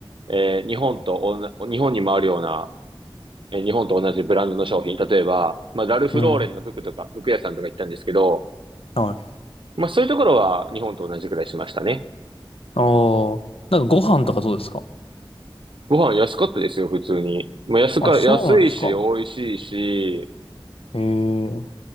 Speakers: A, on the right; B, on the left.
A: えー日本とおんな、日本にもあるようなえー日本と同じブランドの商品、例えば、まあ、ラルフローレンの服とか、
B: うん。
A: 服屋さんとか行ったんですけど、
B: はい。
A: まあ、そういうところは日本と同じくらいしましたね。
B: ああ、なんかご飯とかどうですか
A: ご飯安かったですよ、普通に。まあ、安か、
B: あ、そうなんですか。
A: 安いし、美味しいし、
B: えー、